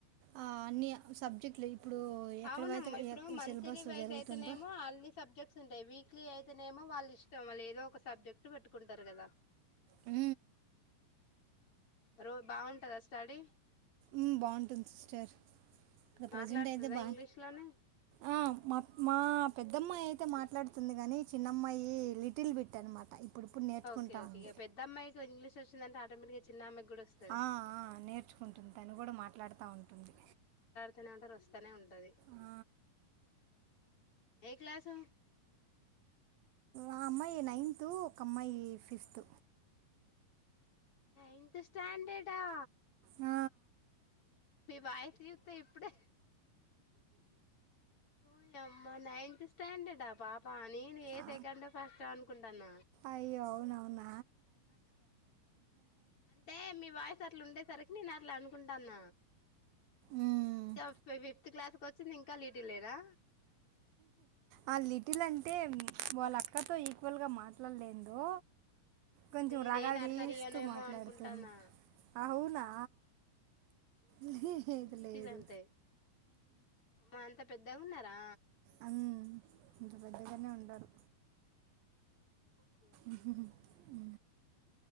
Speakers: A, on the right; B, on the left.
A: ఆ అన్ని సబ్జెక్ట్లాయి ఇప్పుడు
B: అవునమ్మా
A: ఎక్కడవైతే
B: ఇప్పుడు మంత్లీ
A: సిలబస్
B: వైజ్
A: జరుగుతుందో
B: అయితేనేమో అన్నీ సబ్జెక్ట్స్ స్తుంటాయి వీక్లీ అయితేనేమో వాళ్ళు ఇష్టం వాళ్ళు ఏదో ఒక సబ్జెక్ట్ పెట్టుకుంటారు కదా
A: ఊ
B: రో బాగుంటదా స్టడి
A: ఊ బాగుంటుంది సిస్టర్ ఇక్కడ
B: మాట్లాడుతదా
A: ప్రజెంట్ అయితే బా
B: ఇంగ్లీష్ లోనే
A: ఆ మా మా పెద్దమ్మాయి అయితే మాట్లాడుతుంది కాని చిన్నమ్మాయి లిటిల్ బిట్ అనమాట ఇప్పుడు ఇప్పుడు నేర్చుకుంటా
B: ఓకే ఓకే
A: ఉంది
B: ఇక పెద్దమ్మాయి ఇంగ్లీష్ వచ్చిందంటే ఆటోమేటిగా చిన్నమ్మాయి కూడా వస్తుంది
A: ఆ ఆ నేర్చుకుంటుంది తను కూడా మాట్లాడుతూ ఉంటుంది
B: తనే ఉంటారు వస్తానే ఉంటది
A: ఆ,
B: ఏ క్లాసు
A: ఆ అమ్మాయి నైన్త్ ఒక అమ్మాయి ఫిఫ్త్
B: నైన్త్ స్టాండర్డ్ ఆ
A: ఆ
B: మీ వాయిస్ చూస్తే ఇప్పుడు ఓయమ్మా నైన్త్ స్టాండర్డా పాప అ నేను ఏ
A: ఆ,
B: సెకండ్ ఒ ఫస్ట్ ఒ అనుకుంటాన
A: అయ్యో అవునవున
B: అంటే మీ వాయిస్ అట్లా ఉండేస్ సరికి నేను అట్ల అనుకుంటాన
A: మ్మ్.
B: ఇంకా ఫి ఫిఫ్త్ క్లాస్ వచ్చింది ఇంకా లీటిల్ లేనా
A: ఆ లిటిల్ అంటే వాళ్ళ అక్కతో ఈక్వల్గా మాట్లాడలేదు కొంచెం
B: నేనే
A: రగాలు
B: నర్సరీ
A: తీస్తూ
B: యోనేమో
A: మాట్లాడుతుంది
B: అనుకుంటానా
A: అవునా లేదు
B: ఆ లిటిల్
A: లేదు
B: అంటే అమా అంతా పెద్దగా ఉన్నారా
A: అ ఇంత పెద్దగానే ఉంటారు
B: ఓకే ఓకే
A: ఉహు ఊ